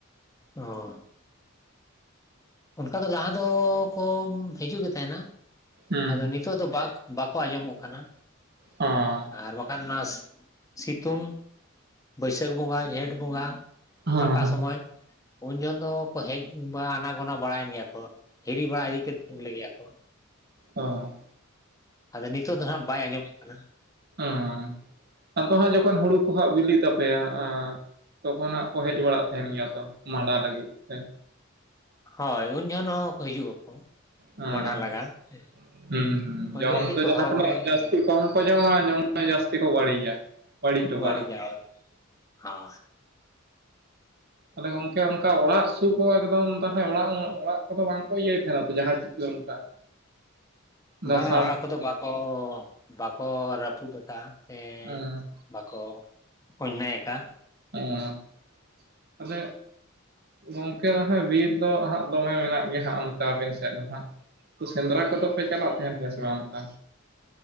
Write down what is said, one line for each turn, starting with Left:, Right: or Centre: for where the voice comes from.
Left: ᱚ ᱚᱱᱠᱟ ᱫᱚ ᱞᱟᱦᱟ ᱫᱚ ᱠᱚ ᱦᱤᱡᱩᱜ ᱜᱮ ᱛᱟᱦᱮᱱᱟ᱾
Right: ᱦᱩᱸ
Left: ᱟᱫᱚ ᱱᱤ ᱛᱚᱜ ᱫᱚ ᱵᱟᱝᱠ ᱵᱟᱠᱚ ᱟᱸᱡᱚᱢᱚᱜ ᱠᱟᱱᱟ᱾
Right: ᱚᱸ
Left: ᱟᱨ ᱵᱟᱠᱷᱟᱱ ᱱᱟᱥ ᱥᱤᱛᱩᱝ ᱵᱟᱹᱭᱥᱟᱹᱠ ᱵᱚᱸᱜᱟ, ᱡᱷᱮᱸᱴ ᱵᱚᱸᱜᱟ
Right: ᱦᱮᱸ
Left: ᱯᱷᱟᱠᱟ ᱥᱚᱢᱚᱭ ᱩᱱ ᱡᱚᱠᱷᱚᱱ ᱫᱚ ᱠᱚ ᱦᱮᱡ ᱵᱟᱸ, ᱟᱱᱟ-ᱜᱚᱱᱟ ᱵᱟᱲᱟᱭᱮᱱ ᱜᱮᱭᱟ ᱠᱚ᱾ ᱦᱤᱨᱤ ᱵᱟᱲᱟ ᱤᱫᱤ ᱠᱮᱫ ᱞᱮ ᱜᱮᱭᱟ ᱠᱚ᱾
Right: ᱚᱸ
Left: <inaudible> ᱟᱫᱚ ᱱᱤᱛᱚᱜ ᱫᱚ ᱦᱟᱸᱜ ᱵᱟᱭ ᱟᱸᱡᱚᱢᱚᱜ ᱠᱟᱱᱟ᱾
Right: ᱚᱸ ᱟᱫᱚ ᱦᱟᱸᱜ ᱡᱚᱠᱷᱚᱱ ᱦᱩᱲᱩ ᱠᱚ ᱦᱟᱸᱜ ᱵᱤᱞᱤᱜ ᱛᱟᱯᱮᱭᱟ ᱟᱸ ᱛᱚᱠᱷᱚᱱ ᱦᱟᱸᱜ ᱠᱚ ᱦᱮᱡ ᱵᱟᱲᱟᱜ ᱛᱟᱦᱮᱱ ᱜᱮᱭᱟ ᱛᱚ, ᱢᱟᱸᱰᱟ ᱞᱟᱹᱜᱤᱫ ᱛᱮ᱾
Left: ᱦᱚᱭ ᱩᱱ ᱡᱚᱦᱚᱱ ᱦᱚᱸ ᱦᱤᱡᱩᱜ ᱟᱠᱚ
Right: ᱚᱸ
Left: ᱢᱟᱸᱰᱟ ᱞᱟᱜᱟ ᱦᱮᱸ᱾ <unintelligible>
Right: ᱦᱩᱸ ᱦᱩᱸ ᱡᱚᱢ ᱫᱚ ᱡᱟᱦᱟᱸ ᱛᱤᱱᱟᱹᱜ ᱡᱟᱹᱥᱛᱤ <unintelligible> ᱡᱟᱹᱥᱛᱤ ᱠᱚ ᱵᱟᱹᱲᱤᱡᱟ᱾ ᱵᱟᱹᱲᱤᱡ ᱦᱚᱴᱚ
Left: ᱵᱟᱹᱲᱤᱡᱟ
Right: ᱠᱟᱜᱼᱟ ᱠᱚ᱾
Left: ᱦᱳᱭ ᱦᱚ᱾
Right: ᱛᱟᱞᱮ ᱜᱚᱝᱠᱮ ᱚᱱᱠᱟ ᱚᱲᱟᱜ ᱥᱩᱨ ᱠᱚ, ᱮᱠᱫᱚᱢ ᱛᱟᱦᱞᱮ ᱚᱲᱟᱜ ᱚᱲᱟᱜ ᱠᱚᱫᱚ ᱵᱟᱝ ᱠᱚ ᱤᱭᱟᱹᱭ ᱛᱟᱦᱮᱱᱟ ᱛᱚ ᱡᱟᱦᱟᱸ ᱪᱤᱠᱟᱹ ᱚᱱᱠᱟ? <inaudible>
Left: ᱵᱟᱝᱟ ᱚᱲᱟᱜ
Right: ᱢᱟᱥᱟᱣ
Left: ᱠᱚᱫᱚ ᱵᱟᱠᱚ ᱵᱟᱠᱚ ᱨᱟᱹᱯᱩᱫ ᱠᱟᱜᱼᱟ ᱥᱮ
Right: ᱚᱸ
Left: ᱵᱟᱠᱚ ᱚᱱᱱᱭᱟᱭ ᱠᱟᱜᱼᱟ᱾
Right: ᱚᱸ ᱛᱟᱦᱞᱮ ᱜᱚᱝ <unintelligible> ᱵᱤᱨ ᱫᱚ ᱦᱟᱸᱜ ᱫᱚᱢᱮ ᱢᱮᱱᱟᱜ ᱜᱮᱭᱟ ᱦᱟᱸᱜ ᱚᱱᱛᱮ ᱟᱵᱮᱱ ᱥᱮᱜ ᱫᱚ ᱦᱟᱸᱜ? ᱥᱮᱸᱫᱽᱨᱟ ᱠᱚᱫᱚ ᱯᱮ ᱪᱟᱞᱟᱜ ᱛᱟᱦᱮᱱ ᱜᱮᱭᱟ ᱥᱮ ᱵᱟᱝ ᱚᱝᱠᱟ?